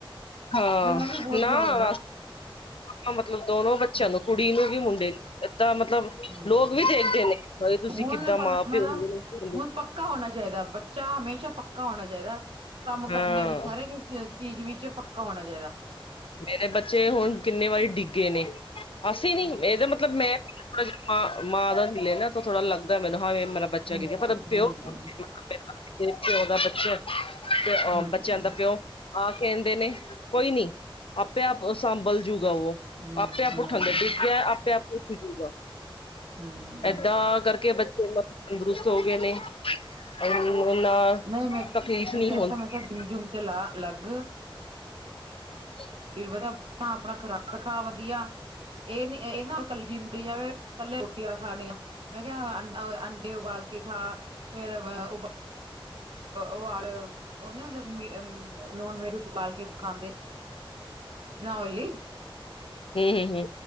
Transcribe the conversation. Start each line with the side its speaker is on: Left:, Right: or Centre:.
Left: ਹਾਂ
Right: ਮੈਨੂੰ ਵੀ ਬਹੁਤ
Left: ਨਾਂ
Right: ਬੁਰਾ ਹੁੰਦਾ,
Left: ਬਸ ਏਦਾ ਮਤਲਬ ਦੋਨੋ ਬੱਚੇਆਂ
Right: ਹੂੰ।
Left: ਨੂੰ ਕੁੜੀ ਨੂੰ ਵੀ ਮੁੰਡੇ ਨੂੰ ਏਦਾਂ ਮਤਲਬ
Right: ਹੂੰ,
Left: ਲੋਕ ਵੀ ਦੇਖਦੇ ਨੇ ਭਾਈ ਤੁਸੀਂ
Right: ਹੁਣ
Left: ਕਿੱਦਾਂ
Right: ਪਰ
Left: ਮਾਂ-ਪਿਓ
Right: ਮਤਲਬ
Left: ਹੈਗੇ ਨੇ
Right: ਹੁਣ
Left: <unintelligible>
Right: ਪੱਕਾ ਹੋਨਾ ਚਾਈਦਾ ਬੱਚਾ ਹਮੇਸ਼ਾ ਪੱਕਾ ਹੋਨਾ ਚਾਈਦਾ, ਕੰਮ
Left: ਹਾਂ
Right: ਕਰਨੇ ਵਿੱਚ ਹਰੇਕ ਚੀਜ਼ ਵਿੱਚ ਪੱਕਾ ਹੋਨਾ ਚਾਈਦਾ।
Left: ਮੇਰੇ ਬੱਚੇ ਹੁਨ ਕਿੰਨੇ ਵਾਰੀ ਡਿੱਗੇ ਨੇ, ਅਸੀਂ ਨੀ
Right: ਹੂੰ।
Left: ਏਦਾ ਮਤਲਬ ਮੈਂ ਥੋੜਾ ਜਾ ਮਾਂ ਦਾ ਹੀਲੇ ਨਾ ਤੇ ਥੋੜਾ ਲੱਗਦਾ ਮੈਨੂੰ ਹਾਂ ਮੇਰਾ ਬੱਚਾ
Right: ਹਾਂਜੀ,
Left: ਗਿਰੇ ਕੀ ਪਰ ਪਿਓ
Right: ਹਾਂਜੀ,
Left: ਪਿਓ ਦਾ ਬੱਚੇ ਤੇ ਅ
Right: ਹਾਂਜੀ,
Left: ਬੱਚੇਆਂ ਦਾ ਪਿਓ ਆਹ ਕੈਂਦੇ ਨੇ ਕੋਈ ਨੀ ਆਪੇ ਆਪ ਸਾਂਬਲ ਜੂਗਾ ਓ।
Right: ਹੂੰ,
Left: ਆਪੇ ਆਪ
Right: ਹੂੰ,
Left: ਉਠਾਂਦੇ ਡਿੱਗਿਆ ਆਪੇ ਆਪ ਉਠਜੂਗਾ
Right: ਹੂੰ।
Left: ਏਦਾਂ ਕਰਕੇ ਕੇ ਬੱਚੇ ਮਤਲਬ ਤੰਦਰੁਸਤ ਹੋਗੇ ਨੇ। ਏਨੂੰ ਨਾ
Right: ਨਹੀਂ ਮੈਂ,
Left: ਤਕਲੀਫ਼
Right: ਮੈਂ
Left: ਨੀ
Right: ਕਹਿਤਾ
Left: ਹੁੰਦੀ
Right: ਮੈਂ ਕਿਹਾ
Left: ਏ।
Right: ਜਿੰਮ ਜੁਮ ਤੇ ਲਾ ਲੱਗ
Left: ਆਗੀ।
Right: ਫੇਰ ਪਤਾ ਆਪਨਾ ਖਰਾਬ ਖਾ ਵਦੀਆ ਏ ਨੀ ਏ ਨਾ ਕੱਲੀ ਜਿਮਟੀ ਜਾਵੇ ਕੱਲੇ ਰੋਟੀਆਂ ਖਾਨੀਆਂ। ਮੈਂ ਕਿਆ ਅੰ ਓ ਅੰਡੇ ਉਬਾਲ ਕੇ ਖਾ ਫੇਰ ਬ ਉਬ ਓ ਆਰ ਓ ਨੀ ਹੁੰਦੇ ਮੀ ਅ ਨੋਨ ਵੈਜ ਚ ਉਬਾਲ ਕੇ ਖਾਂਦੇ। ਇਤ ਨਾਂ ਓਇਲੀ।
Left: ਹਂ, ਹਂ, ਹਂ।